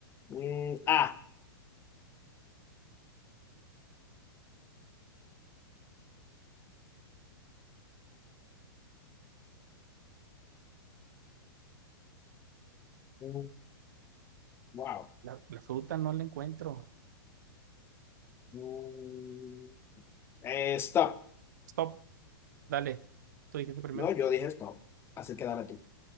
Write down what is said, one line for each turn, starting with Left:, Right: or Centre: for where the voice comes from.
Left: Mm, ah, mm, wow.
Right: la, la fruta no la encuentro.
Left: Mm, eh, stop.
Right: Stop, dale. Tú dijiste primero.
Left: No, yo dije stop. Así que dale tú.